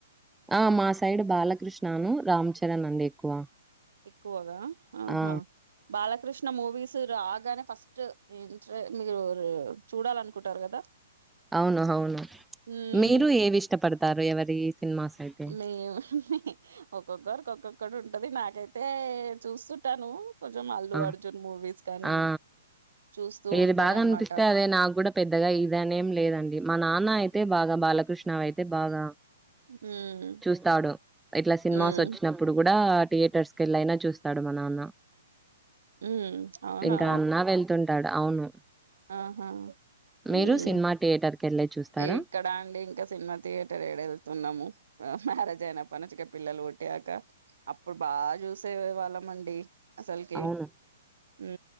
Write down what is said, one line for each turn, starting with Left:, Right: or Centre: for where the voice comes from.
Centre: ఆహ్ మా సైడు బాలకృష్ణను రామ్ చరణ్ అండి ఎక్కువ.
Right: ఎక్కువగా ఆహా
Centre: ఆ!
Right: బాల కృష్ణ మూవీస్ రాగానే ఫస్ట్ ఏంటా మీరు చూడాలనుకుంటారు కదా.
Centre: అవును అవును
Right: మ్మ్
Centre: మీరు ఏవి ఇష్టపడతారు ఎవరి. సినిమాస్ అయితే?
Right: మేము ఒక్కొక్కారికి ఒక్కొక్కడు ఉంట్. అంటది నాకైతే చూస్తుంటాను కొంచెం అల్లు
Centre: ఆ!
Right: అర్జున్ మూవీస్ కానీ.
Centre: ఆ!
Right: చూస్తూ
Centre: ఏది
Right: ఉంటారనమాట
Centre: బాగా అనిపిస్తే అదే నాకు కూడా పెద్దగా ఇదనేం లేదండి. మా నాన్న అయితే బాగా బాలకృష్ణవి అయితే బాగా..
Right: మ్మ్
Centre: చూస్తాడు ఇట్లా సినిమాస్
Right: మ్మ్
Centre: వచ్చినప్పుడు కూడా థియేటర్. టర్స్ కి వెళ్ళైన చూస్తాడు మా నాన్న
Right: మ్మ్ అవునా
Centre: ఇంకా అన్న వెళ్తాడు. ఆడ అవును
Right: ఆహా
Centre: మీరు
Right: హ్
Centre: సినిమా థియేటర్ కెళ్ళే చూస్తారా
Right: ఏక్కడ అండి ఇంకా సినిమా థియేటర్ ఏడ వెళ్తున్నాము. మ్యారేజ్ అదయినాప్పనుంచి పిల్లలు పూట్టాక అప్పుడు బాగా చూసే వాళ్ళం మండి అసలుకి
Centre: అవును
Right: హ్